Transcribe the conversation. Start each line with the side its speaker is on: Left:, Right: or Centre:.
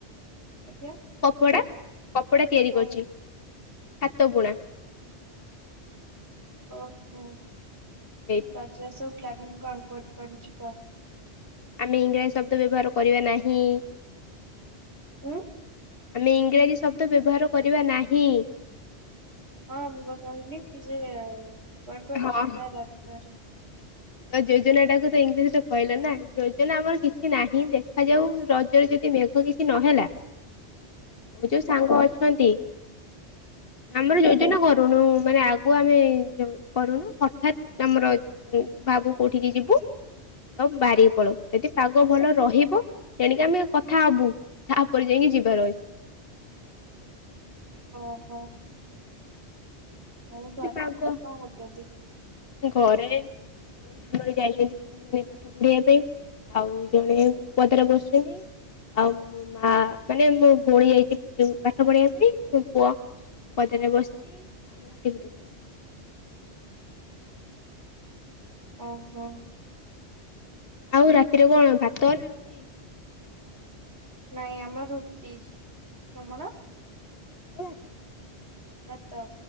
Right: ଆଜ୍ଞା।
Left: କପଡା କପଡା ତିଆରି
Right: ହଁ
Left: କରୁଛି ହାତ ବୁଣା।
Right: ଓହୋ
Left: ହେଇଥିରୁ
Right: ଆଉ ରଜ ସବୁ ପ୍ଲାନିଂ କଣ କୁଆଡ଼େ କଣ ଯିବ?
Left: ଆମେ ଇଂରାଜୀ ଶବ୍ଦ ବ୍ୟବହାର କରିବା ନାହିଁ।
Right: ଉଁ।
Left: ଆମେ ଇଂରାଜୀ ଶବ୍ଦ ବ୍ୟବହାର କରିବା ନାହିଁ।
Right: ହଁ ମୁଁ ବା କହିଲି କି ଯେ କୁଆଡେ କୁଆଡେ
Left: ହଁ
Right: ଯିବା ରଜରେ।
Left: ତ ଯୋଜନା ଟା ତାକୁ ତ ଇଂଲିଶରେ କହିଲ ନା ଯୋଜନା ଆମର କିଛି ନାହିଁ ଦେଖାଯାଉ ରଜରେ ଯଦି ମେଘ ଦଖ କିଛି ନହେଲା ମୋ
Right: ହୁଁ
Left: ଯୋଉ ସାଙ୍ଗ ଅଛନ୍ତି।
Right: ହୁଁ
Left: ଆମର ଯୋଉ କରୁନୁ ମାନେ ଆଗୁ ଆମେ କରୁନୁ ହଠାତ୍ ଆମର ଭାବୁ କୋଉଠିକି ଯିବୁ ତମ ବାରିିକ ପଳଉ। ଯଦି ପାଗ ଭଲ ରହିବ ତଣିକି ଆମେ କଥା ହବୁ ତା ଉପରେ ଯାଇକି ଯିବାର ଅଛି।
Right: ଓହୋ। ଆଉ
Left: ଯଦି
Right: ଘରେ
Left: ପାଗ
Right: କେମିତି କଣ କରୁଛନ୍ତି?
Left: ଘରେ ଜଣେ ଯାଇଛନ୍ତି ମାନେ ପାଠ ପଢେଇିବା ପାଇଁ ଆଉ ଜଣେ ପଦାରେ ବସିଛନ୍ତି। ଆଉ ମା ମାନେ ମୁଁ ଭଉଣୀ ଯାଇଛି ପାଠ ପଢେଇିବା ପାଇଁ ମୋ ପୁଅ ପଦରେ ବସିଛି ଆମ ମାଟିିକି ଦେଖୁଛନ୍ତି। <unintelligible>
Right: ଓହୋ।
Left: ଆଉ ରାତିରେ କଣ ଭାତ ରୁଟି?
Right: ନାଇଁ ଆମ ରୁଟି ତମର?
Left: <unintelligible>
Right: ଭାତ